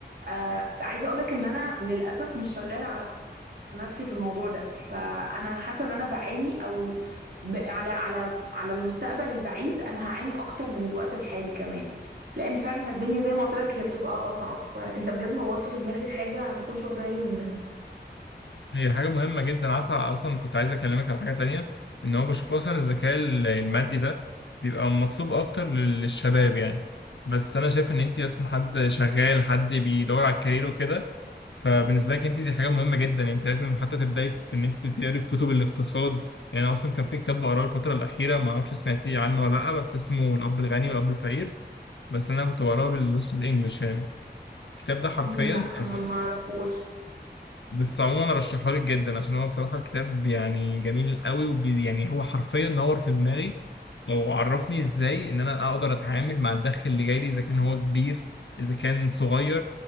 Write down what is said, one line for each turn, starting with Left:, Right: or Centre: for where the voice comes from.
Right: آه عايزه اقول لك ان انا للاسف مش شغاله على نفسي في الموضوع ده فانا حاسه ان انا بعاني او ب... على على على المستقبل البعيد انا هعاني اكتر من الوقت الحالي كمان لان فعلا الدنيا زي ما قلت لك هي بتبقى اصعب فانت بجد نورت في دماغي حاجه ما كنتش واخده بالي منها
Left: هي حاجة مهمة جدا عارفة أصلا كنت عايز أكلمك على حاجة تانية إن هو بشوف أصلا الذكاء ال- المادي ده بيبقى مطلوب أكتر لل- للشباب يعني بس أنا شايف إن أنت أصلا حد شغال حد بيدور على الكارير وكده فبالنسبة لك أنت دي حاجة مهمة جدا أنت لازم حتى تبدأي في إن أنت تقري في كتب الاقتصاد يعني أنا أصلا كان في كتاب بقراه الفترة الأخيرة معرفش سمعتيه عنه ولا لأ بس اسمه الأب الغني والأب الفقير بس أنا كنت بقراه بالنص بالإنجلش يعني الكتاب ده حرفيا
Right: مم، لا
Left: يعني
Right: ما ما اعرفوش
Left: بس عموما رشحه لك جدا عشان هو بصراحة الكتاب يعني جميل قوي وبي يعني هو حرفيا نور في دماغي وعرفني ازاي ان انا اقدر اتعامل مع الدخل اللي جاي لي اذا كان هو كبير اذا كان صغير